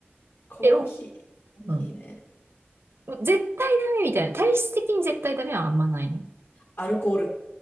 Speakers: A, on the left; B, on the right.
A: コーヒー。
B: え、お、
A: コーヒーね。
B: うん。絶対ダメみたいな。体質的に絶対ダメはあんまないの。
A: アルコール。